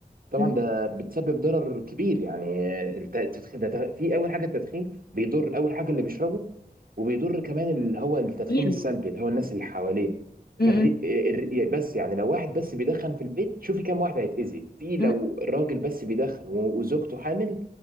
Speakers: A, on the right; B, on the left.
A: طبعا
B: مم.
A: ده بتسبب ضرر كبير يعني الت- التدخين ده ده- في اول حاجه التدخين بيضر اول حاجه اللي بيشربه وبيضر كمان اللي هو التدخين
B: مين
A: السلبي اللي هو الناس اللي حواليه
B: مم.
A: فالري... الري... بس يعني لو واحد بس بيدخن في البيت شوفي كام واحد هيتأذي في لو
B: مم.
A: راجل بس بيدخن و- وزوجته حامل